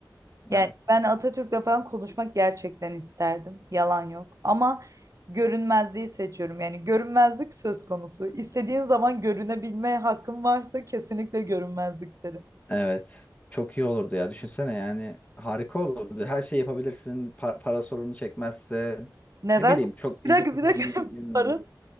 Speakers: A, on the right (about 45°); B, on the left (about 20°).
A: Yani
B: Evet.
A: ben Atatürk'le falan konuşmak gerçekten isterdim. Yalan yok. Ama görünmezliği seçiyorum. Yani görünmezlik söz konusu. İstediğin zaman görünebilme hakkın varsa kesinlikle görünmezlikleri.
B: Evet. Çok iyi olurdu ya. Düşünsene yani harika olurdu. Her şey yapabilirsin. Pa- para sorunu çekmezsin.
A: Neden?
B: Ne bileyim çok
A: Bir
B: ilgi
A: dakika,
B: çekici
A: bir dakika.
B: bir yön
A: <laughs>
B: olur.
A: Para,